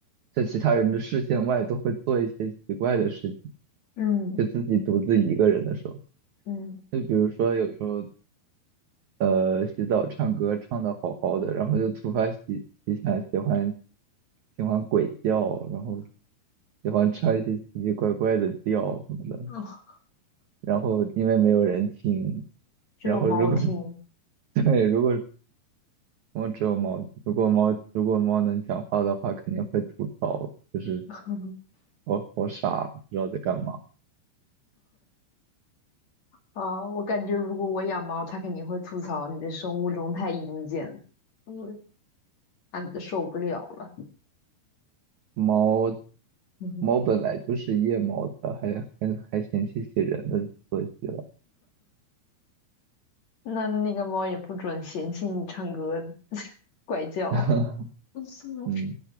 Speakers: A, on the right (about 70°); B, on the left (about 45°).
A: 在其他人的视线外，都会做一些奇怪的事情，
B: 嗯
A: 就自己独自一个人的时候，
B: 嗯，
A: 就比如说有时候，呃，洗澡唱歌唱的好好的，然后就突发奇奇想喜欢喜欢鬼叫，然后喜欢唱一些奇奇怪怪的调什么的。
B: 啊
A: 然后因为没有人听，
B: 只有猫听
A: 然后如果 <laughs> 对，如果我只有猫，如果猫如果猫能讲话的话，肯定会吐槽，就是
B: <laughs>
A: 我好傻，不知道在干嘛。
B: 啊，我感觉如果我养猫，它肯定会吐槽你的生物钟太阴间了，嗯，啊，受不了了。
A: 猫
B: <laughs>
A: 猫本来就是夜猫子，还还还嫌弃起人的作息了。
B: 那那个猫也不准嫌弃你唱歌 <laughs> 怪叫。
A: <laughs>
B: <laughs>
A: 嗯。